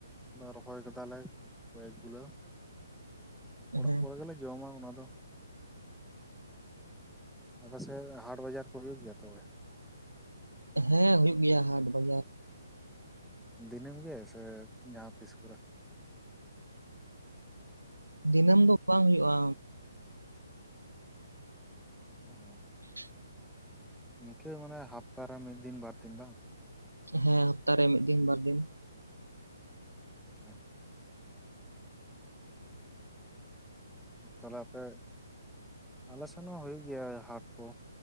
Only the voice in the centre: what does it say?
ᱨᱚᱦᱚᱭ ᱠᱮᱫᱫᱟᱞᱮ ᱠᱚᱭᱮᱠ ᱜᱩᱞᱟᱹ ᱚᱲᱟᱜ
ᱠᱚᱨᱮ ᱜᱮᱞᱮ ᱡᱚᱢᱟ ᱚᱱᱟ ᱫᱚ ᱟᱯᱮᱥᱮᱫ ᱦᱟᱴ ᱵᱟᱡᱟᱨ ᱠᱚ ᱦᱩᱭᱩᱜ ᱜᱮᱭᱟ ᱛᱚᱵᱮ
ᱫᱤᱱᱟᱹᱢ ᱜᱮ ᱥᱮ ᱡᱟᱦᱟᱸ ᱛᱤᱥ ᱠᱚᱨᱮ
ᱚ
ᱤᱱᱠᱟᱹ ᱢᱟᱱᱮ ᱦᱟᱯᱛᱟᱟᱨᱮ ᱢᱤᱫ ᱫᱤᱱ ᱵᱟᱨ ᱫᱤᱱ ᱵᱟᱝ
ᱟᱪᱪᱷᱟ ᱛᱟᱦᱞᱮ ᱟᱯᱮ ᱟᱞᱮ ᱥᱮᱱ ᱦᱚᱸ ᱦᱩᱭᱩᱜ ᱜᱮᱭᱟ ᱦᱟᱴ ᱠᱚ